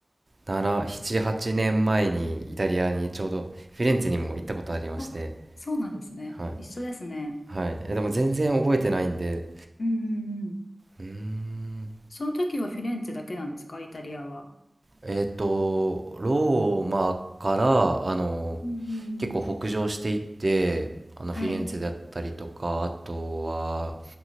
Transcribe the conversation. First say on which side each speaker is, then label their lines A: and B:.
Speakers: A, on the right; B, on the left.
A: 7、7、8年前にイタリアにちょうどフィレンツェにも行ったことありまして、
B: お、そうなんですね。
A: はい。
B: 一緒ですね。
A: はい。え、でも全然覚えてないんで、
B: うんうんうん。
A: うーん。
B: その時はフィレンツェだけなんですかイタリアは。
A: えっと、ローマから、あの
B: うんうんうん。
A: 結構北上していって、あの、
B: はい。
A: フィレンツェだったりとか、あとは、